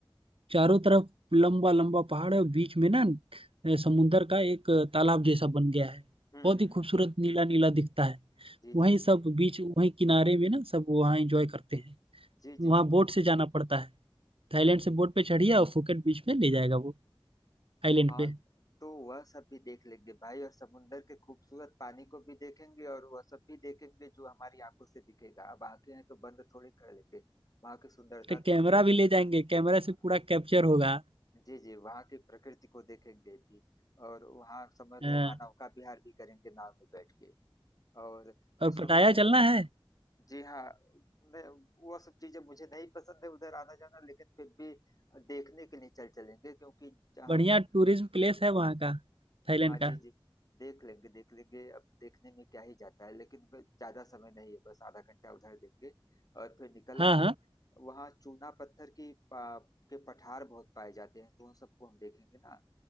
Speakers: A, on the right (about 80°); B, on the left (about 40°).
A: चारों तरफ लंबा लंबा पहाड़ है और बीच में ना अ, समुंदर का एक अ, तालाब जैसा बन गया है
B: हम्म हम्म
A: बहुत ही
B: हम्म,
A: खूबसूरत नीला नीला दिखता है
B: जी
A: वहीं
B: जी जी
A: सब
B: जी
A: बीच वहीं किनारे में ना सब वहाँ एंजॉय करते हैं
B: जी
A: वहाँ
B: जी जी
A: बोट से जाना पड़ता है थाईलैंड से बोट पे चढ़िए और फुकेट बीच में ले जाएगा वो आइलैंड
B: हाँ
A: पे
B: तो वह सब भी देख लेंगे भाई और समुंदर के खूबसूरत पानी को भी देखेंगे और वह सब भी देखेंगे जो हमारी आंखों से दिखेगा अब आंखें हैं तो बंद थोड़ी कर लेंगे वहां की सुंदरता
A: तो कैमरा
B: को भी देखेंगे
A: भी ले जाएंगे कैमरा से
B: हाँ
A: पूरा कैप्चर होगा
B: जी जी वहाँ की प्रकृति को देखेंगे भी और वहाँ समझ
A: हाँ,
B: लो वहाँ नौका विहार भी करेंगे नाव में बैठ के और
A: और
B: सुने
A: पटाया
B: हैं
A: चलना है
B: जी हाँ मैं वो सब चीजें मुझे नहीं पसंद है उधर आना जाना लेकिन फिर भी देखने के लिए चल चलेंगे क्योंकि हम
A: बढ़िया टूरिज्म प्लेस है वहाँ का थाईलैंड
B: हाँ
A: का
B: जी जी देख लेंगे देख लेंगे अब देखने में क्या ही जाता है लेकिन बस ज्यादा समय नहीं है बस आधा घंटा उधर देंगे और फिर निकल
A: हाँ
B: आएंगे
A: हाँ
B: वहाँ चूना पत्थर की पा, के पठार बहुत पाए जाते हैं तो उन सबको हम देखेंगे ना